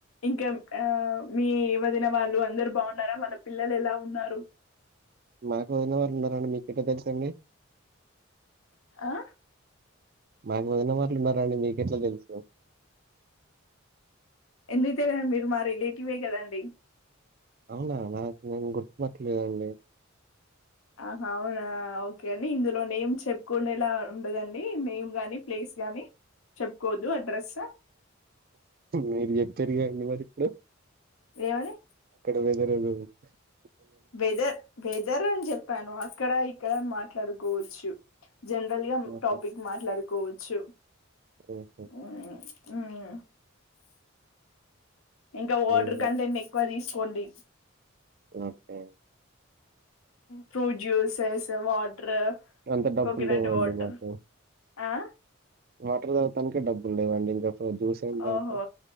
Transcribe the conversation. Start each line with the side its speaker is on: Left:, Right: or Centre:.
Left: ఇంకా ఆ మీ వదిన వాళ్ళు అందరు బాగున్నారా మన పిల్లలు ఎలా ఉన్నారు
Right: మనకు వదిన వా ఎన్నార మీకుట తెలుసండి
Left: ఆ
Right: మాకు వదిన వార్లు ఉన్నారాని మీకెట్లా తెలుసు
Left: ఎందుకు తెల్వదు మీరు మా రిలేటివ్ కదండి
Right: అవునా నాకు నేను గుర్తుపట్టలేదండి
Left: ఆ అవునా ఓకే అండి ఇందులో నేమ్ చెప్పుకుండేలా ఉండదండి నేమ్ గాని ప్లేస్ గాని చెప్పుకోదు అడ్రస్
Right: మీరు చెప్తారు గా అండి మరి హ
Left: ఏమని
Right: వేదర <inaudible>
Left: వెేదర్ వేదర్ అం చెప్ చెప్పాను అక్కడ ఇక్కడ అని మాట్లాడుకోవచ్చు జనరల్ గా
Right: ఆ!
Left: టాపిక్ మాట్లాడు కోవచ్చు
Right: ఓహో!
Left: ఉమ్ ఆ ఇంకా వాటర్
Right: ఏమో
Left: కంటెంట్ ఎక్కువ తీసు పోండి
Right: ఓకే
Left: ఫ్రూట్ జ్యూసెస్ వా వాట
Right: అంత డబ్బులు
Left: కోకనట్
Right: లేవండి
Left: వాటర్
Right: మాకు.
Left: ఆ
Right: వాటర్ తాగడానికి డబ్బులు లేవండి ఇంకా ఇప్పుడు జ్యూస్ ఏం తాగుతాం.
Left: ఓహో